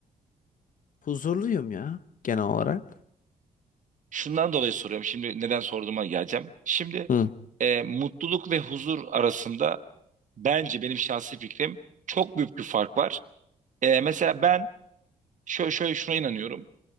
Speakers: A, on the left (about 60°); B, on the right (about 55°).
A: Huzurluyum ya genel olarak.
B: Şundan dolayı soruyorum şimdi neden sorduğuma geleceğim. Şimdi
A: Hı.
B: e, mutluluk ve huzur arasında bence benim şahsi fikrim çok büyük bir fark var. E, mesela ben şöyle, şöyle şuna inanıyorum.